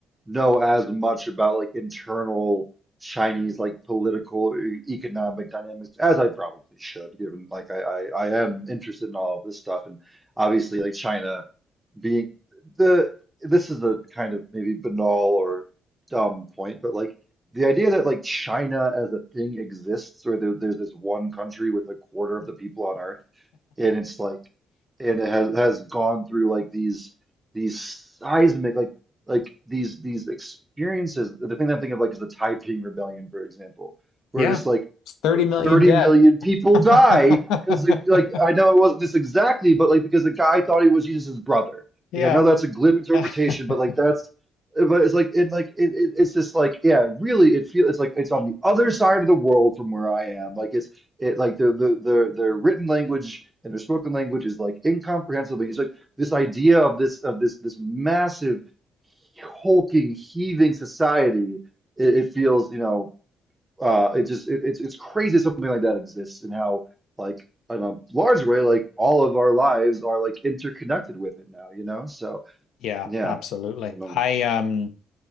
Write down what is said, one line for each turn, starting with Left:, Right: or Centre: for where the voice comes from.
Right: know as much about like internal Chinese like political or economic dynamics as I probably should, given like I, I, I am interested in all of this stuff and obviously like China being the this is a kind of maybe banal or dumb point, but like the idea that like China as a thing exists or there, there's this one country with a quarter of the people on Earth and it's like and it has has gone through like these these seismic like like these these experiences. The thing that I'm thinking of like is the Taiping Rebellion, for example, where
Left: Yeah,
Right: just like
Left: 30
Right: thir-
Left: million
Right: 30
Left: dead.
Right: million people
Left: <laughs>
Right: die because like I know it wasn't this exactly, but like because the guy thought he was Jesus' brother.
Left: Yeah.
Right: Like I know that's a glib interpretation,
Left: <laughs>
Right: but like that's but it's like it like it, it, it's this like yeah really it feels it's like it's on the other side of the world from where I am like it's it like the the the their written language and their spoken language is like incomprehensible. It's like this idea of this of this this massive hulking, heaving society. It, it feels, you know, uh, it just it, it's it's crazy something like that exists and how like in a large way, like all of our lives are like interconnected with it now, you know? So
Left: Yeah,
Right: yeah,
Left: absolutely.
Right: I don't know.
Left: I um